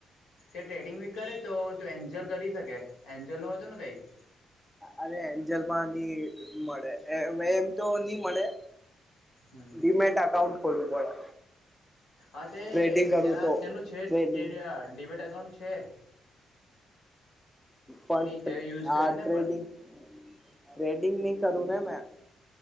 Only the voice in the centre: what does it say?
અરે, એન્જલમાંનની મળે. એમ તો નહીં મળે.
ડીમેટ અકાઉન્ટ ખોલવું પડે.
ટ્રેડિંગ કરવું
તો
ટ્રેડિંગ
પણ
આ,
ટ્રેડિંગ,
ટ્રેડિંગ ની કરુંને મેં.